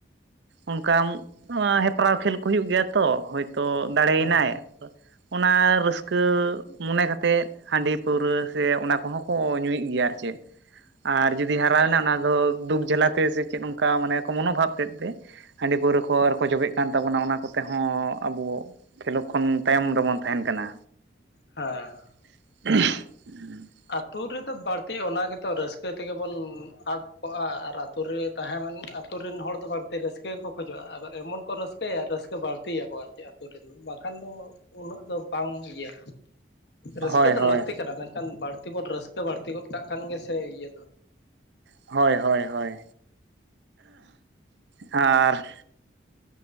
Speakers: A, on the right; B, on the left.
A: ᱚᱱᱠᱟ ᱦᱮᱯᱨᱟᱣ ᱠᱷᱮᱞ ᱠᱚ ᱦᱩᱭᱩᱜ ᱜᱮᱭᱟ ᱛᱚ ᱦᱳᱭᱛᱚ ᱫᱟᱲᱮᱭᱮᱱᱟᱭ
B: ᱦᱮᱸ
A: ᱚᱱᱟ ᱨᱟᱹᱥᱠᱟᱹ ᱢᱚᱱᱮ ᱠᱟᱛᱮᱫ ᱦᱟᱸᱰᱤ ᱯᱟᱹᱣᱨᱟᱹ ᱥᱮ ᱚᱱᱟ ᱠᱚᱦᱚᱸ ᱠᱚ ᱧᱩᱭᱮᱫ ᱜᱮᱭᱟ ᱟᱨ ᱪᱮᱫ ᱟᱨ ᱡᱩᱫᱤ ᱦᱟᱨᱟᱣᱮᱱᱟ
B: ᱮᱠᱟᱞ
A: ᱚᱱᱟ ᱫᱚ ᱫᱩᱠ ᱡᱷᱟᱮᱞᱟᱛᱮ ᱥᱮ ᱪᱮᱫ ᱚᱱᱠᱟ ᱢᱟᱱᱮ ᱢᱚᱱᱳᱵᱷᱟᱵ ᱛᱮᱫ ᱛᱮ ᱦᱟᱸᱰᱤ ᱯᱟᱹᱣᱨᱟᱹ ᱠᱚ
B: ᱦᱮᱸ
A: ᱟᱨᱠᱚ ᱡᱚᱵᱮᱜ ᱠᱟᱱ ᱛᱟᱵᱚᱱᱟ ᱚᱱᱟ ᱠᱚᱛᱮ ᱦᱚᱸ ᱟᱵᱚ ᱠᱷᱮᱞᱳ ᱠᱷᱚᱱ ᱛᱟᱭᱚᱢ ᱨᱮᱵᱚᱱ ᱛᱟᱦᱮᱸᱱ ᱠᱟᱱᱟ
B: ᱦᱚᱸ ᱦᱚᱸ
A: ᱦ <unintelligible> ᱮᱸ
B: ᱟᱹᱛᱩ ᱨᱮᱫᱚ ᱵᱟᱹᱲᱛᱤ ᱚᱱᱟ ᱜᱮᱛᱚ ᱨᱟᱹᱥᱠᱟᱹ ᱛᱮᱜᱮ ᱵᱚᱱ ᱟᱫ ᱠᱚᱜ-ᱟ ᱟᱨ ᱟᱛᱩᱨ ᱨᱮ ᱛᱟᱦᱮᱸᱢᱟᱱ ᱟᱛᱩᱨ ᱨᱮᱱ ᱦᱚᱲ ᱫᱚ ᱵᱟᱹᱲᱛᱤ ᱨᱟᱹᱥᱠᱟᱹ ᱜᱮᱠᱚ ᱠᱷᱚᱡᱚᱜ-ᱟ ᱟᱫᱚ ᱮᱢᱚᱱ ᱠᱚ ᱨᱟᱹᱥᱠᱟᱹᱭᱟ ᱨᱟᱹᱥᱠᱟᱹ ᱵᱟᱹᱲᱛᱤᱭᱟᱠᱚ ᱟᱨ ᱪᱮᱫ ᱟᱹᱛᱳ ᱴᱮᱱ ᱫᱚ ᱵᱟᱝᱠᱷᱟᱱ ᱫᱚ ᱩᱱᱟᱹᱜ ᱫᱚ ᱵᱟᱝ ᱤᱭᱟ ᱨᱟᱹᱥᱠᱟᱹ
A: ᱦᱳᱭ
B: ᱫᱚ
A: ᱦᱳᱭ
B: ᱞᱟᱹᱠᱛᱤ ᱠᱟᱱᱟ ᱢᱮᱱᱠᱷᱟᱱ ᱵᱟᱹᱲᱛᱤ ᱵᱚᱱ ᱨᱟᱹᱥᱠᱟᱹ ᱵᱟᱹᱲᱛᱤ ᱜᱚᱫ ᱠᱟᱜ ᱠᱷᱟᱱ ᱜᱮ ᱥᱮ ᱤᱭᱟᱹ ᱫᱚ
A: ᱦᱳᱭ ᱦᱳᱭ ᱦᱳᱭ ᱟᱨ